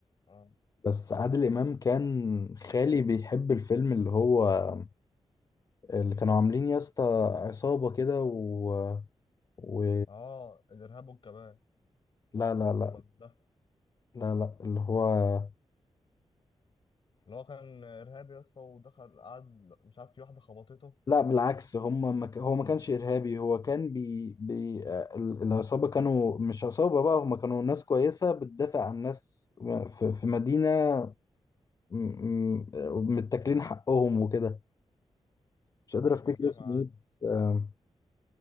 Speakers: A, on the left; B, on the left.
A: اه
B: بس عادل امام كان خالي بيحب الفيلم اللي هو اللي كانوا عاملين يا اسطى عصابه كده و... و
A: اه الارهاب والكباب
B: لا لا لا
A: ولا مش ده
B: لا لا اللي هو
A: اللي هو كان ارهابي يا اسطى ودخل قعد مش عارف في واحده خبطته
B: لا بالعكس هم ما ك... هو ما كانش إرهابي هو كان بي... بي... ال- العصابة كانوا مش عصابة بقى هم كانوا ناس كويسة بتدافع عن ناس في, في مدينة م- م- متاكلين حقهم وكده مش قادر أفتكر
A: مش جاي
B: اسمه
A: معانا
B: إيه بس آم،